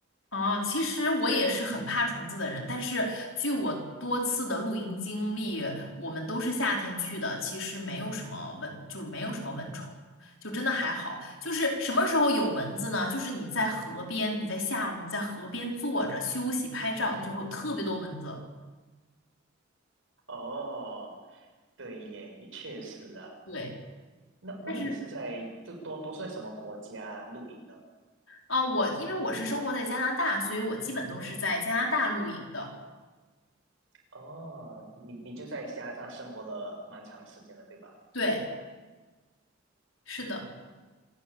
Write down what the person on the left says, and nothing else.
哦，其实我也是很怕虫子的人，但是据我多次的露营经历，我们都是夏天去的，其实没有什么蚊，就是没有什么蚊虫，就真的还好。就是什么时候有蚊子呢？就是你在河边，你在下午你在河边坐着休息拍照，那就会有特别多蚊子。
对，
但是啊，我因为我是生活在加拿大，所以我基本都是在加拿大露营的。
对，是的。